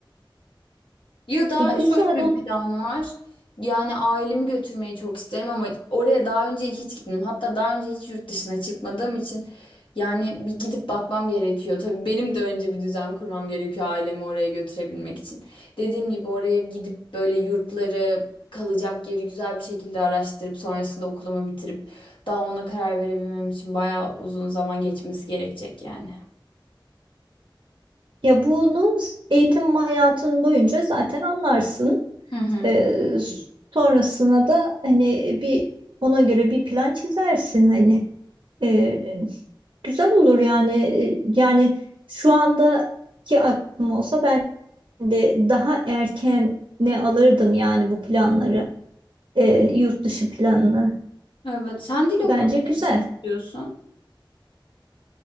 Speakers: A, on the left; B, on the right.
A: Ya da
B: E, güzel
A: şöyle bir
B: olur.
A: plan var. Yani ailemi götürmeyi çok isterim ama oraya daha önce hiç gitmedim. Hatta daha önce hiç yurt dışına çıkmadığım için yani bir gidip bakmam gerekiyor. Tabii benim de önce bir düzen kurmam gerekiyor ailemi oraya götürebilmek için. Dediğim gibi oraya gidip böyle yurtları, kalacak yeri güzel bir şekilde araştırıp sonrasında okulumu bitirip daha ona karar verebilmem için bayağı uzun zaman geçmesi gerekecek yani.
B: Ya bunu eğitim hayatın boyunca zaten anlarsın.
A: Hı hı.
B: E, sonrasına da hani bir ona göre bir plan çizersin hani. Ee, güzel olur yani. Ee, Yani şu andaki aklım olsa ben de daha erken ne alırdım yani bu planları. Ee, yurt dışı planını.
A: Evet, sen dil okulunu
B: Bence güzel.
A: ne için istiyorsun?